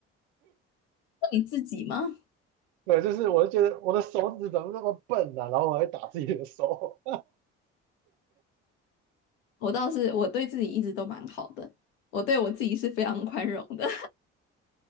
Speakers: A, on the left; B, on the right.
A: 那你自己吗？
B: <laughs> 对，就是我就觉得我的手指怎么那么笨啊，然后我会打自己的手，
A: 我倒是我对自己一直都蛮好的，我对我自己是非常宽容的。